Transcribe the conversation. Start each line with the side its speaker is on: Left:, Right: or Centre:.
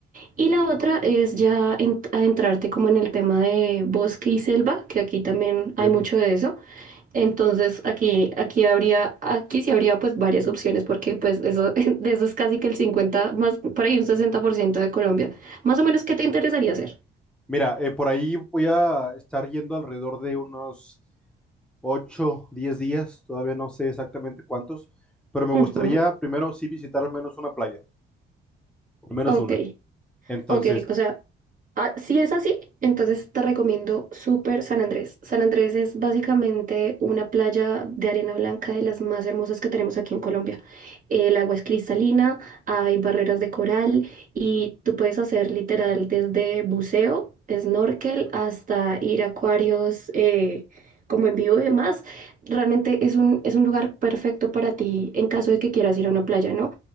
Right: Y la otra es ya en- adentrarte como en el tema de bosque y selva, que aquí también hay
Centre: entiendo.
Right: mucho de eso. Entonces aquí, aquí habría, aquí sí habría pues varias opciones porque pues eso, <laughs> de eso es casi que el 50 más por ahí un 60% de Colombia. Más o menos, ¿qué te interesaría hacer?
Centre: Mira, eh, por ahí voy a estar yendo alrededor de unos 8 10 días, todavía no sé exactamente cuántos, pero me
Right: Ujú,
Centre: gustaría primero sí visitar al menos una playa, al menos
Right: Ok.
Centre: una. Entonces,
Right: Ok, o sea, ah, si es así, entonces te recomiendo súper San Andrés. San Andrés es básicamente una playa de arena blanca de las más hermosas que tenemos aquí en Colombia. El agua es cristalina, hay barreras de coral y tú puedes hacer literal desde buceo, snorkel, hasta ir a acuarios eh, como en vivo y demás. Realmente es un, es un lugar perfecto para ti en caso de que quieras ir a una playa, ¿no?